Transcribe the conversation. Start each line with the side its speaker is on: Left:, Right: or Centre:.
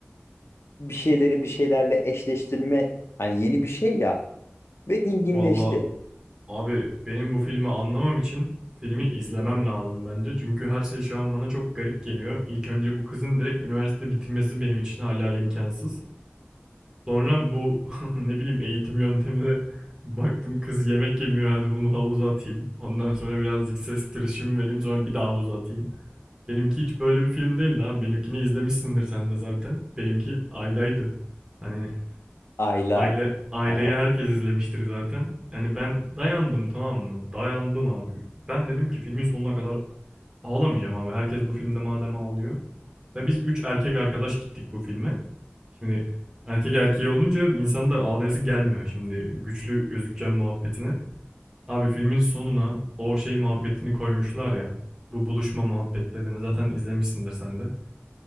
Left: bir şeyleri bir şeylerle eşleştirme hani yeni bir şey ya ve dinginleşti.
Right: Valla abi benim bu filmi anlamam için filmi izlemem lazım bence. Çünkü her şey şu an bana çok garip geliyor. İlk önce bu kızın direkt üniversite bitirmesi benim için hala imkansız. Sonra bu <laughs> ne bileyim eğitim yöntemi baktım kız yemek yemiyor hadi bunu havuza atayım. Ondan sonra birazcık ses tırışımı vereyim sonra bir daha havuza atayım. Benimki hiç böyle bir film değil abi. Benimkini izlemişsindir sen de zaten. Benimki aileydi. Hani
Left: Ayla.
Right: aile aileyi
Left: Aa,
Right: herkes izlemiştir zaten. Yani ben dayandım tamam mı? Dayandım abi. Ben dedim ki filmin sonuna kadar ağlamayacağım abi. Herkes bu filmde madem ağlıyor. Ve biz üç erkek arkadaş gittik bu filme. Şimdi erkek erkeği olunca insanın da ağlayası gelmiyor şimdi güçlü gözükeceğim muhabbetine. Abi filmin sonuna o şey muhabbetini koymuşlar ya. Bu buluşma muhabbetlerini zaten izlemişsindir sen de.